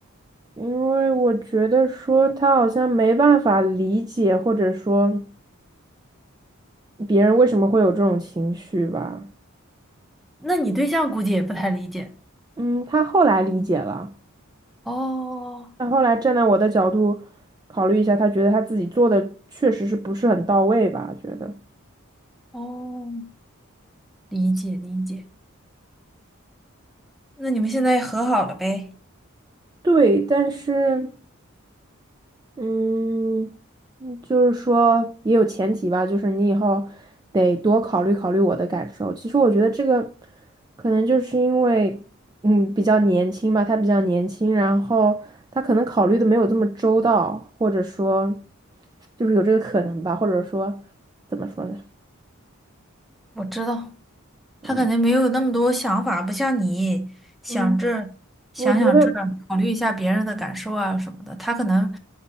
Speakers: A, on the right; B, in the centre.
A: 因为我觉得说他好像没办法理解，或者说别人为什么会有这种情绪吧。
B: 那你对象估计也不太理解。
A: 嗯，他后来理解了，
B: 哦
A: 他后来站在我的角度考虑一下，他觉得他自己做的确实是不是很到位吧，觉得。
B: 哦，理解理解。那你们现在和好了呗？
A: 对，但是嗯，嗯就是说也有前提吧，就是你以后得多考虑考虑我的感受。其实我觉得这个可能就是因为，嗯，比较年轻吧，他比较年轻，然后他可能考虑的没有这么周到，或者说就是有这个可能吧，或者说怎么说呢？
B: 我知道，
A: 嗯
B: 他肯定没有那么多想法，不像你想这儿想想这儿考虑一下别人的感受啊什么的。
A: 嗯，我觉得。
B: 他可能